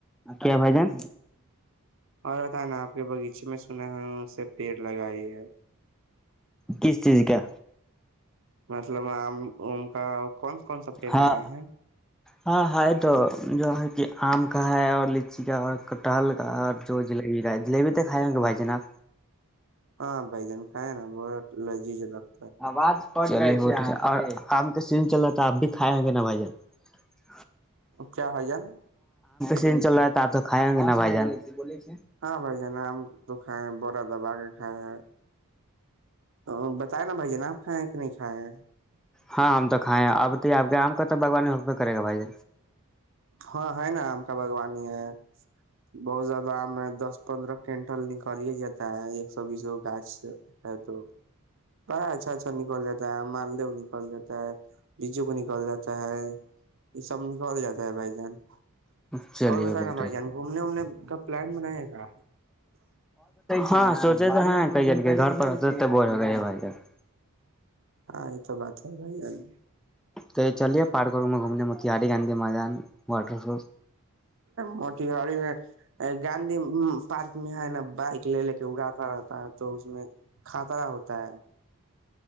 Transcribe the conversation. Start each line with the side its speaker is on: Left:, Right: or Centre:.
Centre: <unintelligible> کیا بھائی جان
Right: اور بت نا آپ کے بغیچے میں سنا ہے اس سے پیڑ لگائی ہے
Centre: کس چیز کا
Right: مطلب آم ام کا کون کون سا پیٹ
Centre: ہاں
Right: لگائے ہیں
Centre: ہاں ہ تو جو ہے کہ آم کا ہے اور لچی کا اور کٹہل کا اور جو جلیبی کا ہے جلیبی تو کھائے بھائی جناب
Right: ہاں بائی جان کیں نا بت لازی جلک <unintelligible>
Centre: آواز <unintelligible> اور کام کا سیزن چل رہا تھا اپ بھی کھائے ہ گے نا بھ جان <unintelligible>
Right: چار ہ جار <unintelligible>
Centre: ری چل رہا تھا آ تو کھیں گے نہا بائی جانیںے <unintelligible>
Right: ہاں بھائی جانا آم <unintelligible> تو کھائے ہیں بورا دبا کے کائے ہیں <unintelligible> ا بتائے نا بھائی ج ناب ہاں کہ نہیں کھائے ہیں <unintelligible>
Centre: ہاں ہم تو کھائے ہیں اب ت آپ کے ہم کا تو بگوان حہ کرے گا بھائی ج
Right: ہاں ہے نا آم کا باگوانی ہے بہت زیادہ آم ہے دس پندرہ کوئنٹل نکالیا جاتا ہے ایک سو بیس گو گاچھ ہ تو <unintelligible> بڑا اچھا اچھا نکل جا ہے مالدو نکل جاتا ہے رجو کو نکل جاتا ہے یہ سب <unintelligible> س جاتا ہے بائی جان <unintelligible>
Centre: چلیے
Right: اور بتانا
Centre: بہت
Right: بھائی جان گھومنے وومنے کا پلان بنائے گا
Centre: ہاں سوچے تو ہیں کہ کہ گھر پر ہوتے بور ہو گئے بھائی جان <unintelligible>
Right: آئیت تو بات <unintelligible> اچھا بھائی <unintelligible>
Centre: کہ چلیے پارکروں میں گھومنے میں ک ہاری گاندھی میدان واٹر ف
Right: موٹی گڑی میں گاندھی پارک میں ہے نا بائک لے لے کے اڑاتا رہتا ہے تو اس میں خطرہ ہوتا ہے <unintelligible>